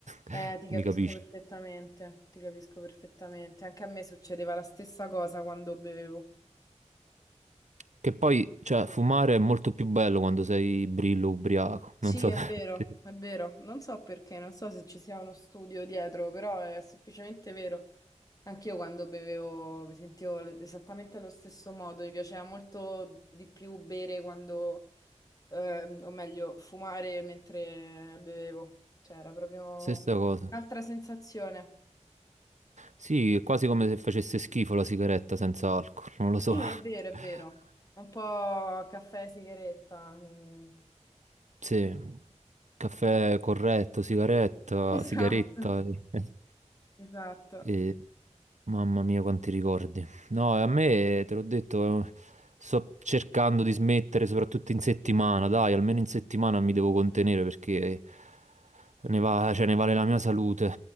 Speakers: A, on the left; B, on the right.
A: Eh,
B: <laughs>
A: ti capisco
B: mi capisci?
A: perfettamente, ti capisco perfettamente. Anche a me succedeva la stessa cosa quando bevevo.
B: Che poi, cioè, fumare è molto più bello quando sei brillo ubriaco,
A: Sì,
B: non so,
A: è
B: <laughs>
A: vero, è vero. Non so perché, non so se ci sia uno studio dietro, però è semplicemente vero. Anch'io quando bevevo mi sentivo l- esattamente allo stesso modo, mi piaceva molto di più bere quando, ehm, o meglio, fumare mentre bevevo. Cioè, era proprio
B: stessa cosa.
A: un'altra sensazione.
B: Sì, è quasi come se facesse schifo la sigaretta senza alcol, non lo so.
A: Sì,
B: <laughs>
A: è vero, è vero. Un po' caffè e sigaretta. mm.
B: Sì, caffè corretto, sigaretta,
A: <laughs> Esatto,
B: sigaretta. E, <laughs>
A: esatto.
B: e- mamma mia, quanti ricordi. No, a me, te l'ho detto, eh, sto cercando di smettere, soprattutto in settimana. Dai, almeno in settimana mi devo contenere perché ne va- cioè, ne vale la mia salute